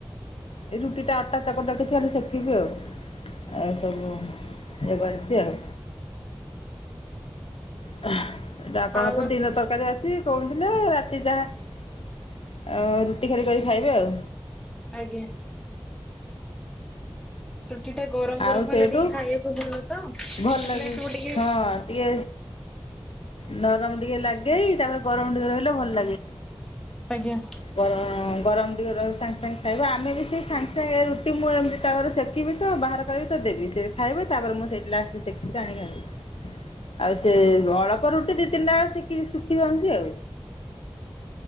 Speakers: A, on the left; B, in the centre.
A: ଏଇ ରୁଟି ଟା ଅଟା ଚକଟା କିଛି ହେଲେ ସେକିବି ଆଉ। ଆଉ ସବୁ ଏଇ କରଚି ଆଉ। ହାଁ ଏଟା ଆପଣଙ୍କର
B: ଆଉ
A: ତ ଦୀନ ତରକାରୀ ଅଛି। କହୁଥିଲେ ରାତି ଯାହା ରୁଟି ଖାର କରି ଖାଇବେ ଆଉ।
B: ଆଜ୍ଞା ରୁଟି ଟା ଗରମ୍ ଗରମ୍
A: ଆଉ
B: ହେଲେ
A: ସେଇଠୁ
B: ଟିକେ ଖାଇଆକୁ ଭଲ ତ ସେଥିପାଇଁ
A: ଭଲ ଲାଗେ
B: ତୁ ଟିକେ
A: ହଁ ଟିକେ ନରମ୍ ଟିକେ ଲାଗେଇ ତାପରେ ଗରମ୍ ଟିକେ ରହିଲେ ଭଲ୍ ଲାଗେ।
B: ଆଜ୍ଞା
A: ଗର ଗରମ୍ ଟିକେ ସାଙ୍ଗେ ସାଙ୍ଗେ ଖାଇବ ଆମେ ବି ସେଇ ସାଙ୍ଗେ ସାଙ୍ଗେ ରୁଟି ମୁଁ ଏମିତ ତାଉଆରେ ସେକ ଶଖିବି ତ ବାହାର କରିକି ତ ଦେବି ସେ ଖାଇବେ ତାପରେ ମୁଁ ସେଠି ଲାଷ୍ଟ କୁ ସେକିକି ଆଣିକି <unintelligible> ଆଉ ତେ ଅଳପ ରୁଟି ଦି ତିନଟା ଶୁକି ଶୁଖି ଯାଉଛି ଆଉ।